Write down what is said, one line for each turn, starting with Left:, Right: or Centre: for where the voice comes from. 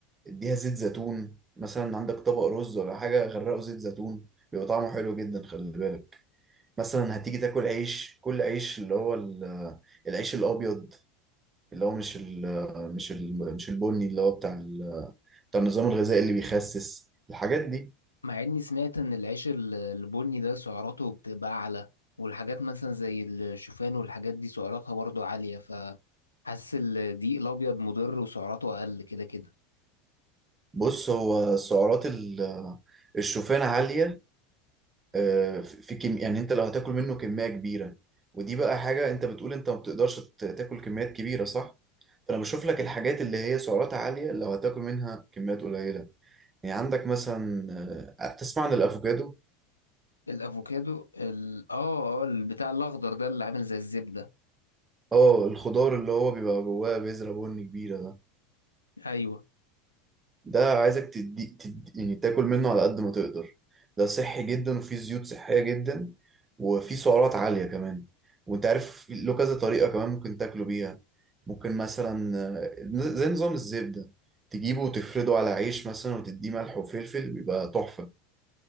Right: اديها زيت زيتون مثلا عندك طبق رز ولا حاجه غرقه زيت زيتون بيبقى طعمه حلو جدا خلي بالك مثلا هتيجي تاكل عيش كل عيش اللي هو ال- العيش الابيض اللي هو مش ال مش ال مش البني اللي هو بتاع ال- بتاع النظام الغذائي اللي بيخسس الحاجات دي
Left: مع اني سمعت ان العيش ال- البني ده سعراته بتبقى اعلى والحاجات مثلا زي الشوفان والحاجات دي سعراتها برضو عالية فحاسس الدقيق الابيض مضر وسعراته اقل كده كده
Right: بص هو سعرات ال- الشوفان عالية آه، في كم يعني انت لو هتاكل منه كمية كبيرة ودي بقى حاجة انت بتقول انت ما بتقدرش ت- تاكل كميات كبيرة صح؟ فانا بشوف لك الحاجات اللي هي سعراتها عالية لو هتاكل منها كميات قليلة يعني عندك مثلا آه، تسمع عن الافوكادو
Left: الافوكادو ال... اه اه البتاع الاخضر ده اللي عامل زي الزبدة
Right: اه الخضار اللي هو بيبقى جواه بذرة بن كبيرة ده
Left: ايوه
Right: ده عايزك تدي, تدي يعني تاكل منه على قد ما تقدر ده صحي جدا وفيه زيوت صحية جدا وفيه سعرات عالية كمان وانت عارف له كذا طريقة كمان ممكن تاكله بيها ممكن مثلا آه، زي نظام الزبدة تجيبه وتفرده على عيش مثلا وتديه ملح وفلفل بيبقى تحفة